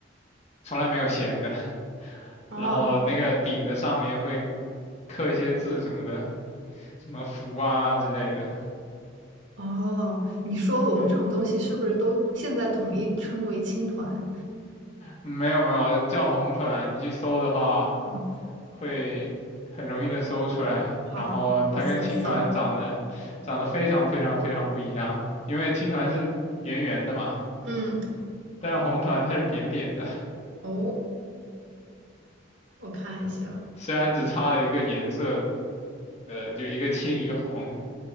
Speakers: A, on the left; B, on the right.
A: 从来没有咸的。
B: 哦
A: 然后那个饼的上面会刻一些字什么的，什么福啊之类的。
B: 哦，你说我们这种东西是不是都现在统一称为青团？
A: 对，没有没有，叫红团，你去搜的话
B: 嗯，
A: 会很容易的搜出来。
B: 好，
A: 然后它跟青团长得长得非常非常非常不一样，
B: 我搜搜。
A: 因为青团是圆圆的嘛，
B: 嗯，
A: 但是红团它是扁扁的。
B: 哦，我看一下。
A: 虽然只差了一个颜色，呃，就一个青一个红，